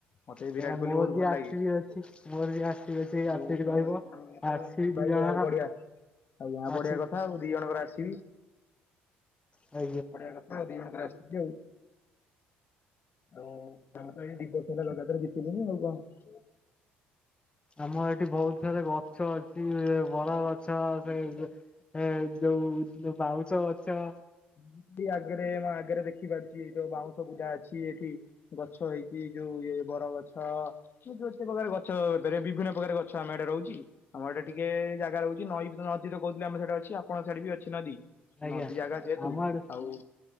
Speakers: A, on the left; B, on the left.
A: ମତେ ବି
B: ଆଜ୍ଞା
A: ବିରାଟ କୋହଲି
B: ମୋର
A: ବହୁତ
B: ବି
A: ଭଲ
B: ଆର
A: ଲାଗେ।
B: ସି ବି ଅଛି ମୋର ବି ଆର ସି ବି ଅଛି
A: ଆଉ
B: ଆର ସି ବି
A: ତ
B: ରହିବ।
A: <unintelligible>
B: ଆର ସି ବି ଦି ଜଣ
A: ଆଉ ବଢିଆ, ଆଜ୍ଞା
B: ଆର
A: ବଢିଆ କଥା ଆଉ ଦି ଜଣଙ୍କର ଆର ସି ବି।
B: ଆ
A: ବଢିଆ କଥା ଆଉ ଦି ଜଣଙ୍କର ଆର୍ ସି ବି ଆଉ। ଆଉ ତମେ ତ ଏଇ ଦି ବର୍ଷ ହେଲା ଲଗାତର ଜିତିଲଣି ଆଉ କଣ?
B: ଆମର ଏଠି ବହୁତ ସାରା ଗଛ ଅଛି। ବରଗଛ ସେ ଏ ଯୋଉ ବାଉଁଶ ଗଛ
A: ରୋହି ଆଗେରେ ମା ଆଗେରେ ଦେଖ ଦେଖିପାରୁଛି ଏଇ ଯୋଉ ବାଉଁଶ ବୁଦା ଅଛି ଏଠି, ଗଛ ହେଇଛି ଯୋଉ ଇଏ ବରଗଛ ଭଉତୁ ପ୍ରକାର ଗଛ ହେଇପାରେ, ବିଭିନ୍ନ ପ୍ରକାର ଗଛ ଆମେ ଆଡ଼େ ରହୁଚି। ଆମ ଆଡ଼େ ଟିକେ ଜାଗା ରହୁଛି ନଈ ବି ନଦୀ ତ କହୁଥିଲେ ଆମ ସାଡେ ଅଛି ଆପଣଙ୍କ ସାଡେ ବି ଅଛି ନଦୀ।
B: ଆଜ୍ଞା
A: ନଦୀ ଜାଗା ଯେହେତ ତୁ
B: ଆମ ଆଡେ
A: ଆଉ